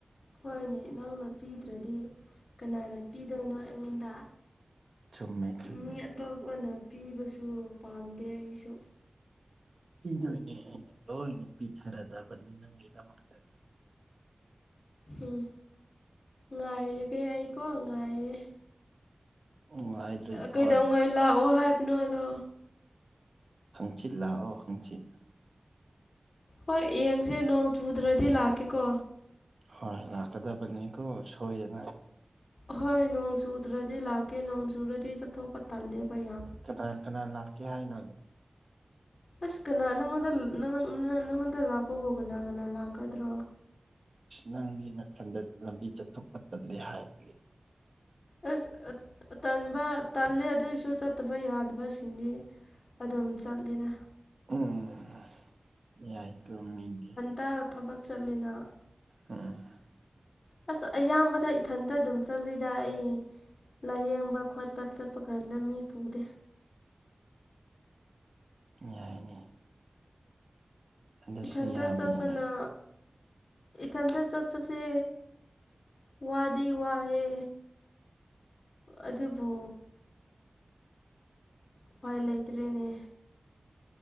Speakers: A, on the left (about 70°); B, on the right (about 60°).
A: ꯍꯣꯏꯅꯦ ꯅꯪꯅ ꯄꯤꯗ꯭ꯔꯗꯤ ꯀꯅꯥꯅ ꯄꯤꯗꯣꯏꯅꯣ ꯑꯩꯉꯣꯟꯗ
B: ꯆꯨꯝꯃꯦ ꯆꯨꯝꯃꯦ
A: ꯃꯤ ꯑꯇꯣꯞꯄꯅ
B: ꯄꯤꯊꯣꯛ
A: ꯄꯤꯕꯁꯨ ꯄꯥꯝꯗꯦ ꯑꯩꯁꯨ
B: ꯄꯤꯗꯣꯏꯅꯦ ꯑꯩꯅ ꯂꯣꯏꯅ ꯄꯤꯊꯔꯗꯕꯅꯤ ꯅꯪꯒꯤꯗꯃꯛꯇ
A: ꯎꯝ ꯉꯥꯏꯔꯒꯦ ꯑꯩꯀꯣ ꯉꯥꯏꯔꯦ
B: ꯎꯝ ꯍꯥꯏꯗ꯭ꯔ
A: ꯀꯩꯗꯧꯉꯩ
B: ꯍꯣꯏ
A: ꯂꯥꯛꯑꯣ ꯍꯥꯏꯕꯅꯣ ꯑꯗꯣ
B: ꯍꯪꯆꯤꯠ ꯂꯥꯛꯑꯣ ꯍꯪꯆꯤꯠ
A: ꯍꯣꯏ ꯌꯦꯡꯁꯦ ꯅꯣꯡ ꯆꯨꯗ꯭ꯔꯗꯤ ꯂꯥꯛꯀꯦꯀꯣ
B: ꯍꯣꯏ ꯂꯥꯛꯀꯗꯕꯅꯤꯀꯣ ꯁꯣꯏꯗꯅ
A: ꯍꯣꯏ ꯅꯣꯡ ꯆꯨꯗ꯭ꯔꯗꯤ ꯂꯥꯛꯀꯦ ꯅꯣꯡ ꯆꯨꯔꯗꯤ ꯆꯠꯊꯣꯛꯄ ꯇꯜꯂꯦꯕ ꯌꯥꯝ
B: ꯀꯅꯥ ꯀꯅ ꯂꯥꯛꯦ ꯍꯥꯏꯅ ꯑꯗꯨꯣ
A: ꯑꯁ ꯀꯅꯥ ꯅꯪꯉꯣꯟꯗ ꯅꯪꯣꯟꯗ ꯂꯥꯛꯄꯕꯨ ꯀꯅꯥ ꯀꯅꯥ ꯂꯥꯛꯀꯗ꯭ꯔꯣ
B: ꯅꯪꯗꯤ ꯅꯊꯟꯗ ꯂꯝꯕꯤ ꯆꯠꯊꯣꯛꯄ ꯇꯥꯜꯂꯦ ꯍꯥꯏꯕꯒꯤ
A: ꯑꯁ ꯇꯟꯕ ꯇꯜꯂꯦ ꯑꯗꯨꯏꯁꯨ ꯆꯠꯇꯕ ꯕ ꯌꯥꯗꯕꯁꯤꯡꯗꯤ ꯑꯗꯨꯝ ꯆꯠꯂꯤꯗ
B: ꯎꯝ ꯌꯥꯏ ꯇꯨꯝꯃꯤꯅꯦ
A: ꯍ ꯊꯕꯛ ꯆꯠꯂꯤꯅ
B: ꯎꯝ
A: ꯑꯁ ꯑꯌꯥꯝꯕꯗ ꯏꯊꯟꯇ ꯑꯗꯨꯝ ꯆꯠꯂꯤꯗ ꯑꯩ ꯂꯥꯏꯌꯦꯡꯕ ꯈꯣꯠꯄ ꯆꯠꯄ ꯀꯥꯟꯗ ꯃꯤ ꯄꯨꯗꯦ
B: ꯌꯥꯏꯅꯦ ꯑꯗꯨꯁꯨ
A: ꯏꯊꯟꯇ
B: ꯌꯥꯕꯅꯤꯅꯦ
A: ꯆꯠꯄꯅ ꯏꯊꯟꯇ ꯆꯠꯄꯁꯦ ꯋꯥꯗꯤ ꯋꯥꯏꯌꯦ ꯑꯗꯨꯕꯨ ꯎꯄꯥꯏ ꯂꯩꯇ꯭ꯔꯦꯅꯦ꯫